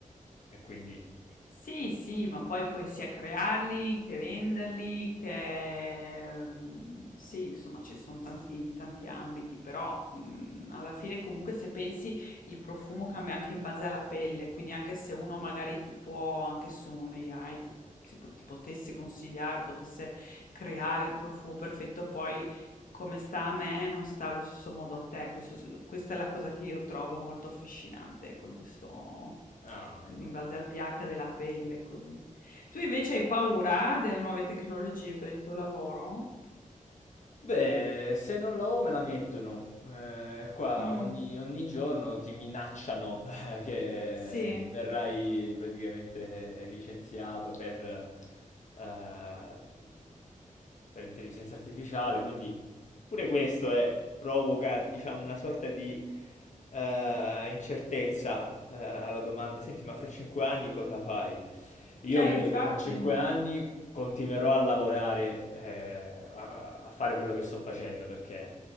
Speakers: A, on the left (about 60°); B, on the left (about 85°).
A: e quindi...
B: Sì, sì, ma poi puoi sia crearli che venderli, che ehm, sì, insomma ci sono tanti, tanti ambiti, però mh, alla fine comunque se pensi il profumo cambia anche in base alla pelle, quindi anche se uno magari ti può, anche su un AI, ti, ti po- ti potesse consigliare, potesse creare il profumo perfetto, poi come sta a me non sta allo stesso modo a te, Questo- questa è la cosa che io trovo molto affascinante, ecco, in questo
A: Ah,
B: in
A: ecco.
B: base al pH della pelle, così. Tu invece hai paura delle nuove tecnologie per il tuo lavoro?
A: Beh, se non la ho me la mettono. Ehm, qua
B: Mm,
A: ogni ogni giorno ti minacciano <laughs> che
B: sì,
A: verrai praticamente eh, licenziato per, ehm, mhmm, per intelligenza artificiale, quindi pure questo è provoca diciamo una sorta di, ehm, incertezza, ehm, alla domanda: "Senti, ma fra 5 anni cosa fai?" Io
B: eh,
A: credo
B: infatti.
A: che fra 5 anni Continuerò a lavorare, eh, a, a fare quello che sto facendo perché